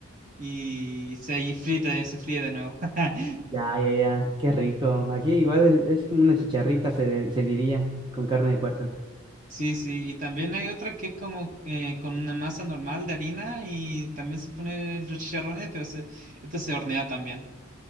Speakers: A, on the right (about 35°); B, on the right (about 20°).
A: y se ahí frita, eh, se fríe de nuevo. <laughs>
B: ya, ya, ya, qué rico. Aquí igual es, es como una chicharrita, se, de- se diría, con carne de puerco.
A: Sí, sí, y también hay otra que es como eh, con una masa normal de harina y también se pone los chicharrones, pero se, esto se hornea también.